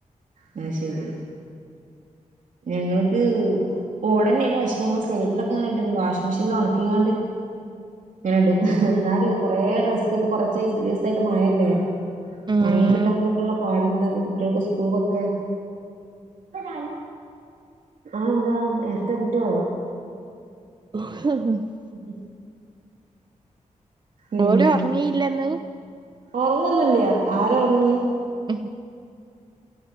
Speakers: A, on the right; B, on the right.
A: അത്‌ ശരി ഞങ്ങൾക്ക് ഓടന്നെയാണ്. പക്ഷെ ഞങ്ങള് സൈഡിലൊക്കെ അങ്ങനണ്ട് വാഷി് മെഷീൽ ഓണാക്കി ങ്ങാണ്ട്. ങ്ങനെടും എന്നാല് കൊറേ ഡ്രസ്സ് ഇപ്പ കൊറച്ച ദിവസായിട്ട് മഴ ല്ലേ?
B: ഉം
A: ഒണങ്ങി കിട്ടാനൊക്കെള്ള പാട എന്താ കുട്ടികൾക്ക് സ്‌ക്കൂ സ്കൂൾകൊക്കെ, ആഹ് അതെന്താ? ഇരട്ട കുട്ടികളോ?
B: <unintelligible>
A: <inaudible> ഉം,
B: ഓല് ഒറങ്ങിയില്ലന്ന്
A: ഉറങ്ങൊന്നുംല്ല ആര് ഒർങ്ണ്.
B: <inaudible>